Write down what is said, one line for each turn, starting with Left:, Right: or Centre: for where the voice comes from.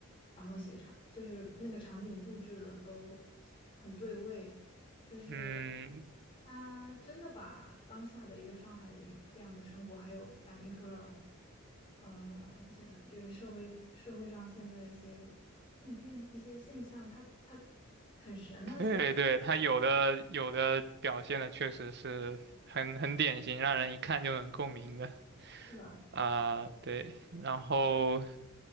Left: 然后写场，就是那个场景布置的都很对位，就是。
Right: 嗯，
Left: 他真的把当下的一个上海的一个这样的生活，还有反映出了，呃，现就是社会社会上现在的一些困境、一些现象，他他很神，他的写
Right: 对对，它有的有的表现的确实是很很典型，让人一看就能共鸣的
Left: 是的。
Right: 啊，对。然后